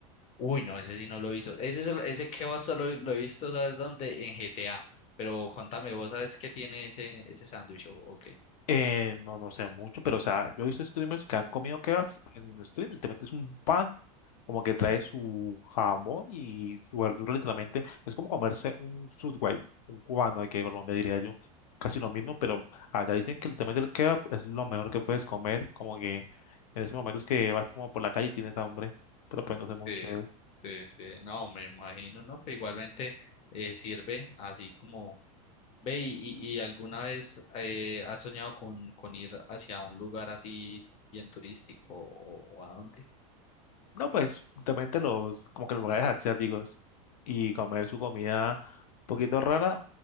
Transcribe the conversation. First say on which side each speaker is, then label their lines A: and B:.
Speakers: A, on the left; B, on the left.
A: Uy, no, ese sí no lo he visto. Ese, sol- ese va solo lo he visto, ¿sabes dónde? En GTA. Pero contame, ¿vos sabes qué tiene ese, ese sándwich o o qué?
B: Eh, no, no sé mucho, pero, o sea, yo he visto streamers que han comido kebabs en stream. Literalmente es un pan, como que trae su jamón y su verdura, literalmente. Es como comerse un Subway, un cubano aquí en Colombia, diría yo. Casi lo mismo, pero allá dicen que literalmente el kebab es lo mejor que puedes comer. Como que en ese momento es que vas como por la calle y tienes hambre, pero pues no sé mucho.
A: Sí, sí, sí, no, me imagino, no, pero igualmente eh, sirve así como, ve, y, y- y alguna vez eh, has soñado con, con ir hacia un lugar así bien turístico o, o a dónde?
B: No, pues, justamente los, como que los lugares asiáticos y comer su comida un poquito rara,